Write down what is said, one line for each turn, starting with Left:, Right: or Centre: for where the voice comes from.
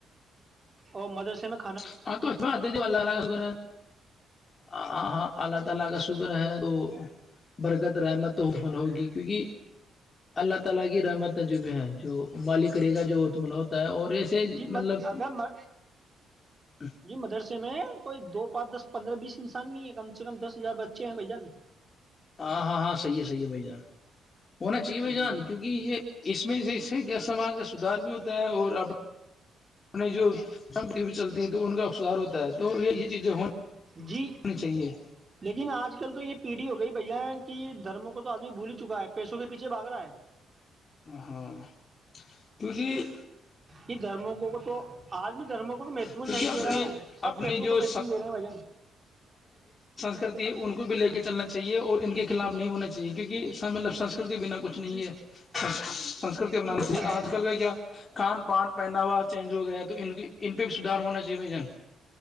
Right: اور مدرسے میں ت
Left: <unintelligible> <inaudible>
Right: جی
Left: <unintelligible> <unintelligible> م ہوتا ہے اور ایسے
Right: جی
Left: مطلب
Right: اگر
Left: <unintelligible>
Right: جی مدرسے میں کوئی دو پانچ دس پندرہ بیس انسان نہیں ہے کم سے کم دس ہزار بچے ہیں بھایی جان
Left: ہاں ہاں ہاں صحیح ہے صحیح ہے بھائی جان ہونا چاہیے بھائی
Right: جی
Left: جان کیونکہ یہ اس میں جے کیا سماج کا سدھار بھی ہوتا ہے اور اپنے جو سم بھی چلتی ہیں تو ان کا سدھار ہوتا ہے تو یہ <inaudible> جی جو ہو
Right: جی
Left: ہونی چاہیے <inaudible>
Right: لیکن آج کل تو یہ پیڑھی ہو گئی بھیا کہ دھرموں کو تو آدمی بھول ہی چکا ہے پیسوں کے پیچھے بھگ رہا ہے
Left: ہاں کیونکہ
Right: یہ دھرموں کو کو تو آج بھی دھرموں کو تو متون
Left: کیونکہ
Right: نہیں
Left: اپنی
Right: دے رہا ہے سب
Left: اپنی
Right: پیسوں
Left: جو
Right: کو مہتن دے رہے بھجن
Left: کرتی ہے ان کو بھی لے کے چلنا چاہیے اور ان کے خلاف نہیں ہونا چاہیے کیونکہ س لفسن سے ر کے بنا کچھ نہیں
Right: جی
Left: ہے سنسکرتی اپنانانی
Right: جی وہ تو
Left: تھی
Right: ہے
Left: آج کل کا کیا کان پ <inaudible> پہنا ہوا چینج ہو گیا تو ان پہ بھی سدھار ہونا چاہیے بھایی جان